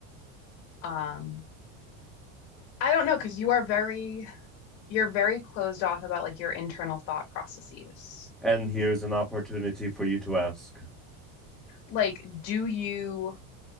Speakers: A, on the left; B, in the centre.
A: Um, I don't know because you are very you're very closed off about like your internal thought processes.
B: And here's an opportunity for you to ask.
A: Like, do you